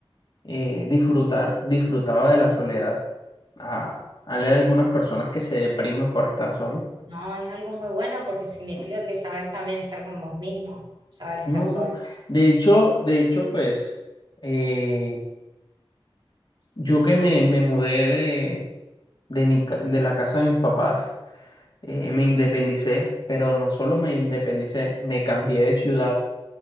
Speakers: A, on the left; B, on the right.
A: eh, disfrutar, disfrutaba de la soledad. A, a leer algunas personas que se deprimen por estar solos.
B: No, es algo muy bueno porque significa que sabes también estar con vos mismo, saber estar
A: No,
B: solo.
A: de hecho, de hecho, pues eh, yo que me, me mudé de mi, ca- de la casa de mis papás. Eh, me independicé, pero no solo me independicé, me cambié de ciudad.